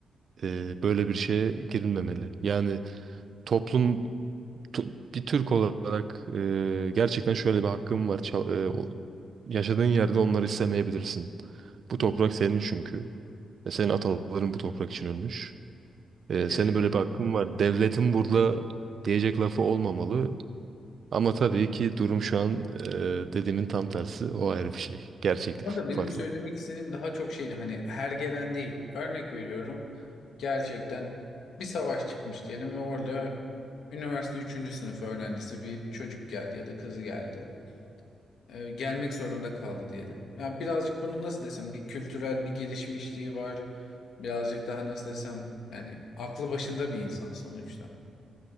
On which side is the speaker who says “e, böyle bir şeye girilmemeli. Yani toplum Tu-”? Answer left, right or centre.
Right